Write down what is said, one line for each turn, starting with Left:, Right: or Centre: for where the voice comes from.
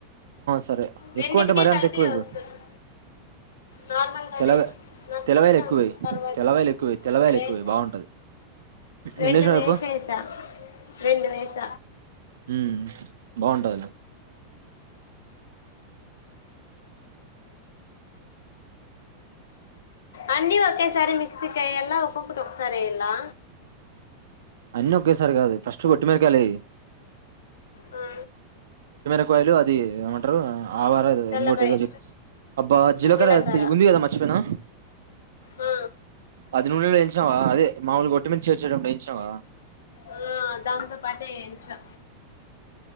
Right: సరే
Left: రెండిటికి
Right: ఎక్కువ అంటే మరి అంత
Left: కలిపి
Right: ఎక్కువకు
Left: వస్తుంది నార్మల్ గానే
Right: తెలవ
Left: నాకు
Right: తెలవాయలు
Left: ఇష్టం
Right: ఎక్కువే
Left: కరివేపాకు
Right: తెల్లవాయలు ఎక్కువ తెల్లవాయలు
Left: వేసా
Right: ఎక్కువే బాగుంటది
Left: రెండు
Right: ఎన్నేసినవ్
Left: వేసేస
Right: చెప్పు
Left: రెండు వేస
Right: ఉమ్ బాగుంటదిలే
Left: అండీ ఒకేసారి మిక్స కయ ఎలా ఒక్కొకటి ఒకసార ఇలా
Right: అన్ని ఒకేసారి కాదు ఫస్ట్ ఒట్టి మిరపకాయలు వేయి
Left: ఆ
Right: యలు అది ఏమంటారు ఆవారదా
Left: తెల్లపాయ
Right: ఇంకోటి ఏదో చె అబ్బా జీలకర
Left: జీలకర్ర
Right: ఉంది కదా మర్చిపోయినా
Left: ఆ
Right: పది నునె వయించావా అదే మాముూలు గట్టిమించ చేర్చయడం వేయించావా
Left: ఆ దాంతో పాటే వేయించా